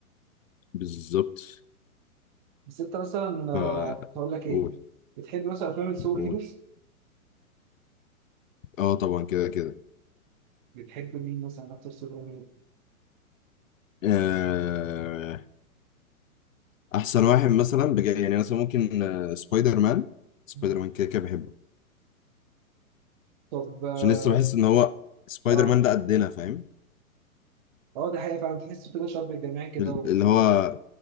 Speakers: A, on the left; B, on the right.
A: بالظبط
B: بس انت مثلا آه،
A: ف
B: كنت هقول لك ايه
A: قول
B: بتحب مثلا افلام السوبر
A: قول
B: هيروز
A: اه طبعا كده كده
B: بتحب مين مثلا اكتر سوبر هيرو
A: آه، احسن واحد مثلا بجد يعني مثلا ممكن آه، سبايدر مان سبايدر
B: مم.
A: مان كده كده بحبه
B: طب اه
A: عشان لسه بحس ان هو سبايدر
B: اه
A: مان ده قدنا فاهم
B: آه، دي حقيقة فعلا تحس كده شاب جماعي كده
A: ال-
B: و...
A: اللي هو
B: و-